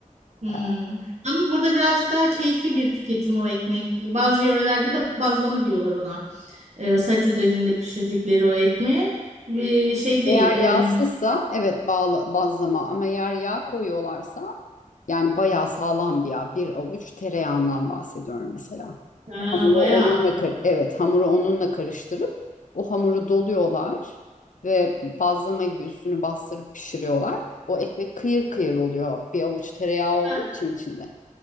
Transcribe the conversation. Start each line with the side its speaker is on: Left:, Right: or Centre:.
Right: Hmm.
Left: E,
Right: Ama burada birazcık daha keyfi bir tüketim o ekmek. Bazı yörelerde de bazlama diyorlar ona. Ee, saç üzerinde pişirdikleri o ekmeği. Ee, şey değil.
Left: Eğer
Right: em,
Left: yağsızsa evet bağla, bazlama ama eğer yağ koyuyorlarsa yani bayağı sağlam bir yağ. Bir avuç tereyağından bahsediyorum mesela.
Right: ha,
Left: Hamuru
Right: bayağı.
Left: onunla kar- evet hamuru onunla karıştırıp o hamuru doluyorlar ve bazlama gibi üstünü bastırıp pişiriyorlar. O ekmek kıyır kıyır oluyor bir avuç tereyağı olduğu
Right: Ha,
Left: için içinde.